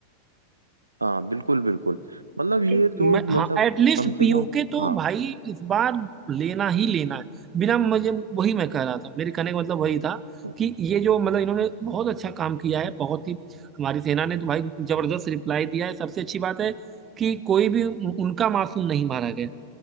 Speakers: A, on the right; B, on the right.
A: हाँ बिल्कुल बिल्कुल मतलब ये
B: तो
A: तो
B: मैं हाँ
A: मतलब
B: एटलीस्ट
A: कम से
B: पीओके
A: कम
B: तो
A: हाँ
B: भाई इस बार लेना ही लेना है बिना मुझे वही मैं कह रहा था मेरे कहने का मतलब वही था
A: हाँ
B: कि ये जो मतलब इन्होंने बहुत अच्छा काम किया है बहुत ही हमारी सेना ने तो भाई जबरदस्त रिप्लाई दिया है सबसे अच्छी बात है कि कोई भी उनका मासूम नहीं मारा गया